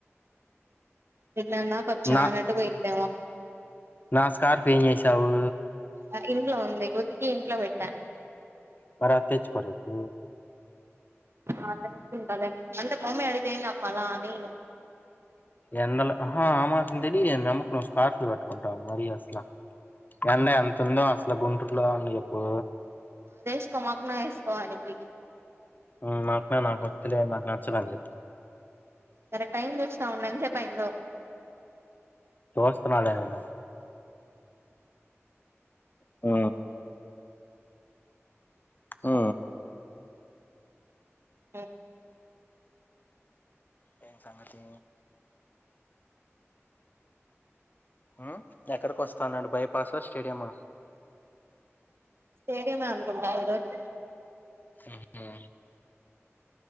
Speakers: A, on the right (about 55°); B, on the left (about 40°).
A: <unintelligible> దా కొచ్చా
B: నా
A: అన్నట్టు పోయిద్దావా
B: నా స్కార్ఫ్ ఏం చేసావు
A: అ ఇంట్లో ఉంది ఉతికి ఇంట్లో పెట్టా
B: మరది తెచ్చుకో రేపు
A: ఆ తెచ్చుకుంటాలే అంటే మమ్మీ అడిగితే ఏం చెప్పాలా అని
B: ఎండలు అహా ఆ మాత్రం తెలీదే మీ అమ్మకు నువ్ స్కార్ఫ్ లు కట్టుకుంటావు మరీ అసలా ఎండే ఎంతుందో అసల గుంటూరులో అని చెప్పూ
A: దేసుకో మొఖం మీద ఏసుకో అనిద్ధి
B: ఊ అబ్బే నాకొద్దులే నాకు నచ్చదని చెప్పు
A: సరే టైమ్ చూస్నావన్న ఎంత సేపయిన్దో
B: చూస్తనాలే నేను ఆ ఆ
A: ఉ
B: ఏంటి సంగతి ఉ ఎక్కడికి వస్తాన్నాడు బైపాసు స్టేడియమ
A: స్టేడియమే అనుకుంటా ఈ రోజు
B: ఉ ఉ